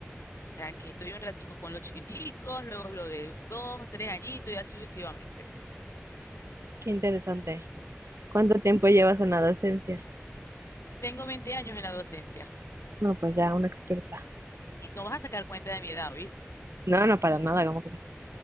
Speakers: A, on the left; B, on the right.
A: O sea, que estoy un ratico con los chiquiticos, luego los de 2 3 añitos y así sucesivamente.
B: Qué interesante. ¿Cuánto tiempo llevas en la docencia?
A: Tengo veinte años en la docencia.
B: No, pues ya, una experta.
A: Si no vas a sacar cuenta de mi edad, ¿viste?
B: No, no, para nada, como que.